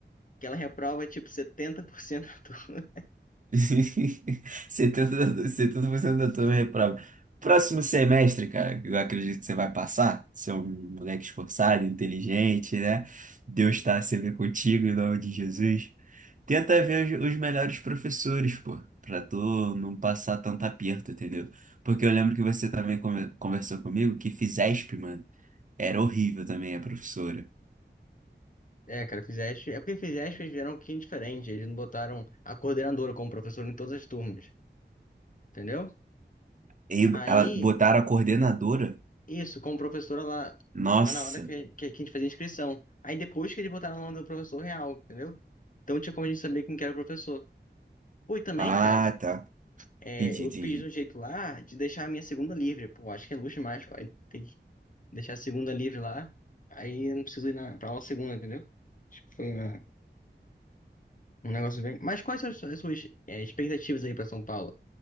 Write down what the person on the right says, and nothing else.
<laughs> 70 da- 70% da turma reprova. Próximo semestre, cara, eu acredito que você vai passar. Você é um moleque esforçado, inteligente, né? Deus está sempre contigo em nome de Jesus. Tenta ver os, os melhores professores, pô, pra tu não passar tanto aperto, entendeu? Porque eu lembro que você também come- conversou comigo que Fisesp, mano, era horrível também a professora.
E
ela botaram a coordenadora.
Nossa.
Ah,
tá.
Entendi,
entendi.